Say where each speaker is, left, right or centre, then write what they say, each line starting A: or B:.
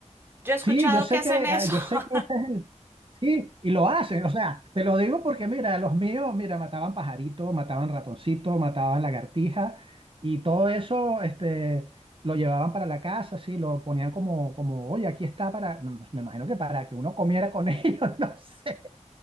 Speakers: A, on the right (about 20°); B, on the right (about 45°).
A: Yo he escuchado
B: Sí, yo sé
A: que hacen
B: que,
A: eso.
B: ah, yo
A: <laughs>
B: sé que ese es el, Sí, y lo hacen, o sea, te lo digo porque mira, los míos, mira, mataban pajarito, mataban ratoncito, mataban lagartija y todo eso, este, lo llevaban para la casa, sí, lo ponían como, como, oye, aquí está para, mm, me imagino que para que uno comiera con <laughs> ellos, no sé,